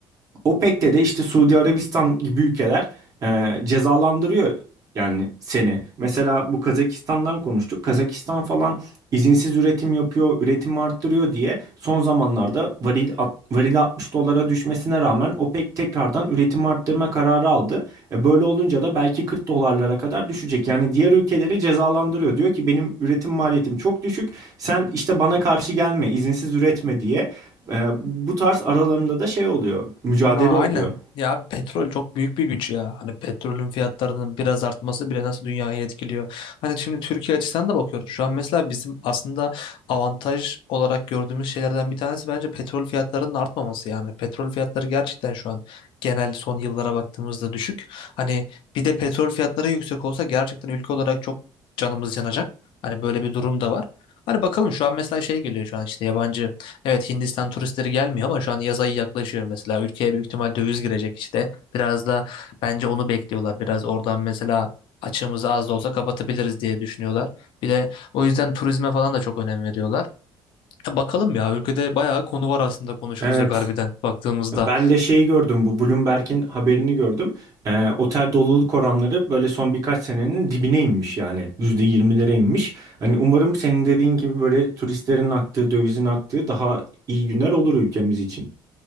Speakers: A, on the right; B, on the left.
A: OPEC'te de işte Suudi Arabistan gibi ülkeler e, cezalandırıyor yani seni. Mesela bu Kazakistan'dan konuştuk. Kazakistan falan izinsiz üretim yapıyor, üretim arttırıyor diye son zamanlarda varil, at, varil 60 dolara düşmesine rağmen OPEC tekrardan üretim arttırma kararı aldı. E, böyle olunca da belki 40 dolarlara kadar düşecek. Yani diğer ülkeleri cezalandırıyor. Diyor ki benim üretim maliyetim çok düşük. Sen işte bana karşı gelme, izinsiz üretme diye. Ee, bu tarz aralarında da şey oluyor, mücadele
B: Ha, aynen
A: oluyor.
B: ya abi petrol çok büyük bir güç ya hani petrolün fiyatlarının biraz artması bile nasıl dünyayı etkiliyor hani şimdi Türkiye açısından da bakıyoruz şu an mesela bizim aslında avantaj olarak gördüğümüz şeylerden bir tanesi bence petrol fiyatlarının artmaması yani petrol fiyatları gerçekten şu an genel son yıllara baktığımızda düşük hani bir de petrol fiyatları yüksek olsa gerçekten ülke olarak çok canımız yanacak hani böyle bir durum da var hani bakalım şu an mesela şey geliyor şu an işte yabancı Evet Hindistan turistleri gelmiyor ama şu an yaz ayı yaklaşıyor mesela. Ülkeye büyük ihtimal döviz girecek işte. Biraz da bence onu bekliyorlar. Biraz oradan mesela açığımızı az da olsa kapatabiliriz diye düşünüyorlar. Bir de o yüzden turizme falan da çok önem veriyorlar. Ya bakalım ya ülkede bayağı konu var aslında konuşulacak
A: Evet.
B: harbiden baktığımızda.
A: Ben de şeyi gördüm, bu Bloomberg'in haberini gördüm. Ee, otel doluluk oranları böyle son birkaç senenin dibine inmiş yani. %20'lere inmiş. Hani umarım senin dediğin gibi böyle turistlerin aktığı, dövizin aktığı daha iyi günler olur ülkemiz için.